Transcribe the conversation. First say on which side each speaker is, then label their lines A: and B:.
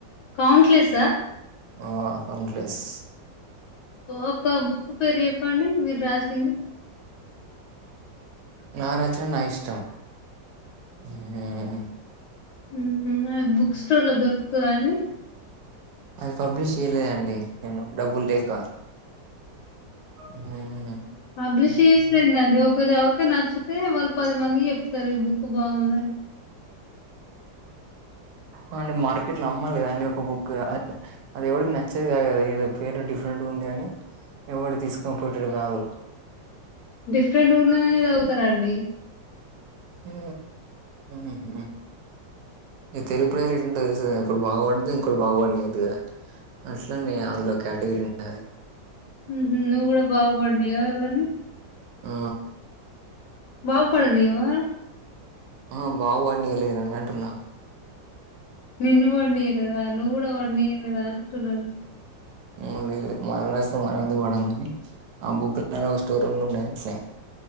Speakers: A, on the left; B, on the right.
A: కౌంట్లెస్సా
B: ఆ కౌంట్లెస్
A: ఒక బుక్ పేరు చెప్పండి మీరు రాసింది
B: నా రచ్చన నా ఇష్టం ఉమ్
A: ఉమ్ అ బుక్ స్టోర్లో దొరుకుతుందా అండి
B: అది పబ్లిష్ చేయలేదండి నేను డబ్బులేక ఉహు
A: పబ్లిష్ చేస్తందండి ఒకరు చదివి నచ్చితే వాళ్ళు పది మందికి చెప్తారు ఈ బుక్ బాగుందని
B: అ అండి మార్కెట్ లో అమ్మాలి కదా అండి ఒక బుక్ అది ఎవరికి నచ్చేది కాదు కదా ఇ పేరు డిఫరెంట్ ఉంది అని ఎవడు తీసుకొని పోయేటొడు కాదు
A: డిఫరెంట్ ఉన్నదనే చదువుతారు అండి
B: ఆ ఉహు దఈ తెలుగు ప్రజలు ఏట్టుంటారో తెలుసు కదా ఒకడు బాగపడదు ఇంకోడు బాగుపడనివ్వొద్దు కదా అస్లామియా అందులో కేటగిరీ ఉంటద
A: ఉహు నువ్వు కూడా బాగుపడనియ్యవ ఎవరిని
B: ఆ
A: బాగుపడనియ్యవ
B: ఆ బాగు పడనియలేదు అని అంటున్నా
A: నిన్ను పడనీయలేదా? నువ్వు గూడా పడనీయలేదా అంటున్నాడు.
B: ఆ లేదు మనం రాస్తే మన మీందు పడ కాని ఆ బుక్ ఒక స్టోర్ రూమ్ లో ఉండే అట్లే